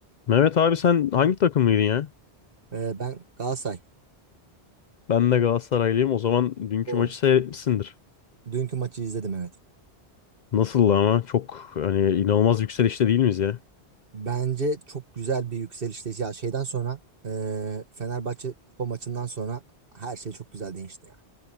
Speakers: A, on the left; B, on the right.
A: Mehmet abi sen hangi takımlıydın ya?
B: Ee, ben Galatasaray.
A: Ben de Galatasaraylıyım. O zaman dünkü
B: O.
A: maçı seyretmişsindir.
B: Dünkü maçı izledim evet.
A: Nasıldı ama? Çok hani inanılmaz yükselişte değil miyiz ya?
B: Bence çok güzel bir yükselişte. Ya şeyden sonra e, Fenerbahçe kupa maçından sonra her şey çok güzel değişti ya.